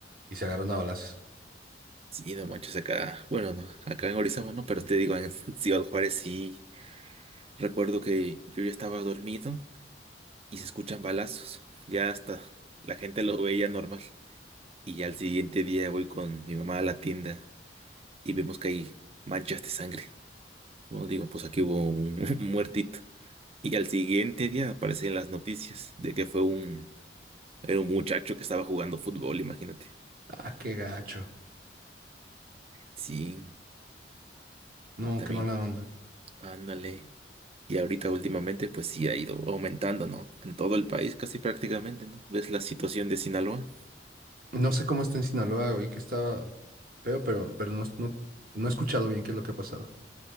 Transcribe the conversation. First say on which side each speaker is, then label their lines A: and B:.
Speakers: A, on the right; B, on the right.
A: y se agarraron a balazos.
B: Sí, no manches, acá. Bueno, no, acá en Orizaba no, pero te digo, en <laughs> Ciudad Juárez sí. Recuerdo que yo ya estaba dormido y se escuchan balazos. Ya hasta la gente lo veía normal. Y ya al siguiente día voy con mi mamá a la tienda y vemos que hay manchas de sangre. Bueno, digo, pues aquí hubo un, <laughs> un muertito. Y al siguiente día aparecen las noticias de que fue un, era un muchacho que estaba jugando fútbol, imagínate.
A: Ah, qué gacho.
B: Sí,
A: No,
B: también,
A: qué mala onda.
B: ándale. Y ahorita últimamente, pues sí ha ido aumentando, ¿no? En todo el país casi prácticamente, ¿no? ¿Ves la situación de Sinaloa?
A: No sé cómo está en Sinaloa, oí que estaba feo, pero, pero no, no, no he escuchado bien qué es lo que ha pasado.